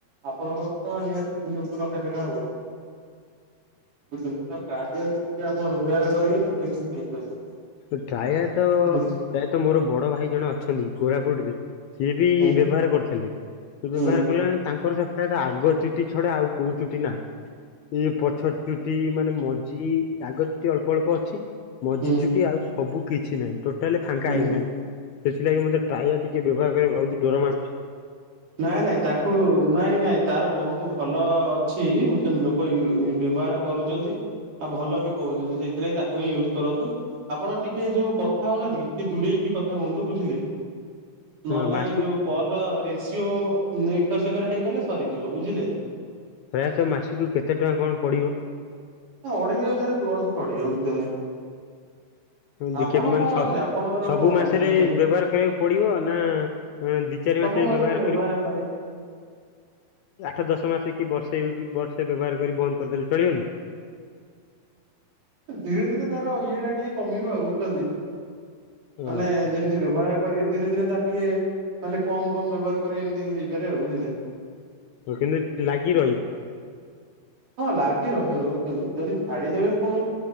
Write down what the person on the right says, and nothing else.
ଆପଣଙ୍କର ତ ନିହାତି ଦିନକୁ ଲକ୍ଷେ ଟଙ୍କା ହଉଚି। ବୁଝିଲେ ତ କାରିଆରୁ ଯଦି ଆପଣ ରୋଜଗାର କରିବେ ସେଥିରେ କିଛି ହେଇପାରିବ।
ହୁଁ
ହୁଁ
ହୁଁ
ହୁଁ।
ହୁଁ
ନା ନାଇଁ ତାକୁ ନାଇଁ ନାଇଁ ତାର ବହୁତ ଭଲ ଅଛି ବୁଝୁଛନ୍ତି ଲୋକ କ ଉଇ ଉଇ ବ୍ୟବହାର କରୁଚନ୍ତି। ଆଉ ଭଲ ବି କହୁଛନ୍ତି ସେଇଥିଲାଗି ତାକୁ ହିଁ ୟୁଜ କରନ୍ତୁ। ଆପଣ ଟିକେ ଯୋଉ କଥା ହଉନାହାନ୍ତି କି ଟିକେ ଦୂରେଇକି କି କଥା ହୁଅନ୍ତୁ ବୁଝିଲେ
ନହଲେ ନାଇଁ
ଯୋଉ ହଁ ରେସିଓ ନେ ଏକର ସେକର ହେଇଗଲେ ସରିଯିବ ବୁଝିଲେ।
ଅଢେଇ ହଜାର ପ୍ଲସ ପଡିବ ବୁଝୁଛନ୍ତି।
ଆପଣ
କଣ
ଅଛି ଆପଣଙ୍କର
କଣ
ଅଛି ବୁଝୁଛନ୍ତି
ସବୁ
ମାସରେ
<unintelligible>
ଧୀରେ ଧୀରେ ତାର ଇଏ ଟା ଟିକେ କମିବ ଆଉ ବୁଝୁଚନ୍ତି।
ମାନେ ଯେମିତି ବ୍ୟବହାର କରିବେ ଧୀରେ ଧୀରେ ତାର ଟିକେ ମାନେ କମ କମ ବ୍ୟବହାର କରିବେ ଏମିତି ହେଇପାରେ ଆଉ ବୁଝିଲେ
ହଁ ଲାଗି ରହିବ ବୁଝୁଛନ୍ତି। ଯଦି ଛାଡିଦେବେ ପୁଣି